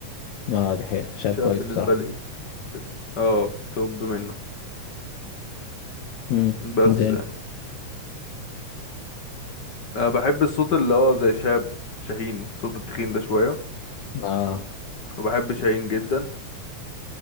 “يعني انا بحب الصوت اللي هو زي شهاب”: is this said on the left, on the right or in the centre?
Left